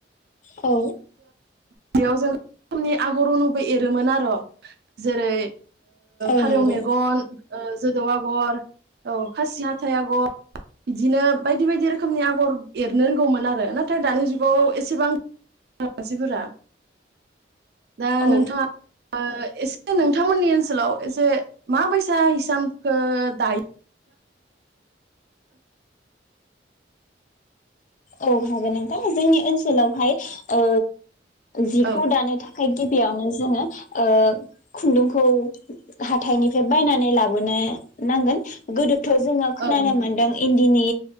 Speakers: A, on the left (about 40°); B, on the right (about 55°).
A: औ
B: बेयाव जों रोखोमनि आगरुनुबो एरोमोन आरो जेरै
A: औ
B: फारौ
A: नंगौ
B: मेगन जोदौ आग'र औ खासि हाथाइ आगर बिदिनो बायदि बायदि रोखोमनि आगर एरनो रोंगौमोन आरो नाथाय दानि जुगाव एसेबां आसिगुरा दा
A: औ
B: नोंथाङा ओ एसे नोंथांमोननि ओनसोलाव एसे माबैसा हिसानखो दायो?
A: औ हागोन नोंथां जोंनि ओनसोलावहाय ओ जिखौ
B: औ
A: दानो थाखाय गिबियावनो जोङो ओ खुन्दुंखौ हाथाइनिफ्राय बायनानै लाबोनो नांगोन गोदो थ जोङो खोनानो
B: औ नंगौ
A: मोन्दों इन इन्दिनि